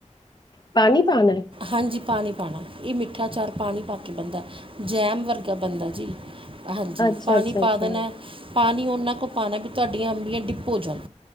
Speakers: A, on the left (about 35°); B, on the right (about 45°).
A: ਪਾਨੀ ਪਾਨੈ?
B: ਹਾਂਜੀ, ਪਾਨੀ ਪਾਨਾ ਏ ਮਿੱਠਾ ਚਾਰ ਪਾਨੀ ਪਾ ਕੇ ਬੰਦਾ। ਜੈਮ ਵਰਗਾ ਬੰਦਾ ਜੀ, ਹਾਂਜੀ,
A: ਅੱਛਾ
B: ਪਾਨੀ
A: ਅੱਛਾ
B: ਪਾ
A: ਅੱਛਾ
B: ਦੇਨੇ ਪਾਨੀ ਓਨਾਂ ਕੋ, ਪਾਨੈ ਵੀ, ਤੁਆਡੀਆਂ ਅੰਬੀਆਂ ਡਿਪ ਹੋ ਜਾਨ।